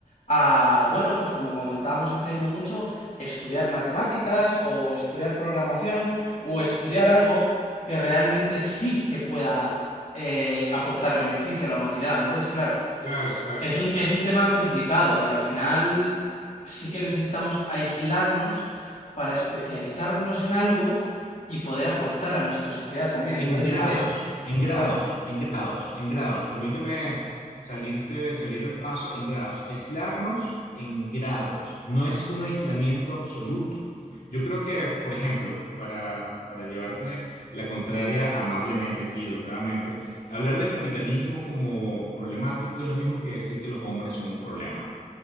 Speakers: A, on the left; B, on the left.
A: a, bueno, pues como comentábamos hace no mucho, estudiar matemáticas o estudiar programación o estudiar algo que realmente sí que pueda eh, aportar beneficio a la humanidad. Entonces, claro,
B: Claro, claro,
A: es un,
B: claro.
A: es un tema complicado y al final sí que necesitamos aislarnos para especializarnos en algo y poder aportar a nuestra sociedad también.
B: En
A: Entonces,
B: grados,
A: eso es
B: en grados,
A: claro,
B: en grados, en grados. Permíteme salirte, salir al paso en grados. Aislarnos en grados. No es un aislamiento absoluto. Yo creo que, por ejemplo, para, para llevarte la contraria amablemente aquí, educadamente, hablar del capitalismo como problemático es lo mismo que decir que los hombres son un problema.